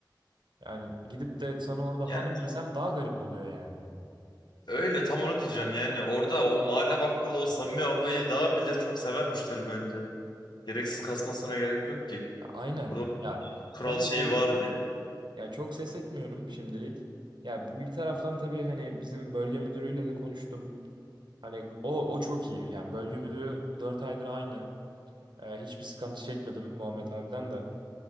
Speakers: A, on the right; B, on the left.
A: Yani gidip de sana orada hanım
B: yani
A: desem daha garip oluyor yani.
B: Öyle tam onu diyeceğim yani orada o mahalle bakkalı o samimi havayı daha bile çok sever müşteri bence. Gereksiz kasmasına gerek yok ki.
A: Aynen.
B: Orada
A: Ya
B: kural
A: ben
B: şeyi
A: de tabii
B: var diye.
A: ya çok ses etmiyorum şimdilik. Ya bir bir taraftan tabii hani bizim bölge müdürüyle de konuştum. Hani o o çok iyi. Yani bölge müdürü 4 aydır aynı. Ee, hiçbir sıkıntı çekmedim Muhammed abiden de.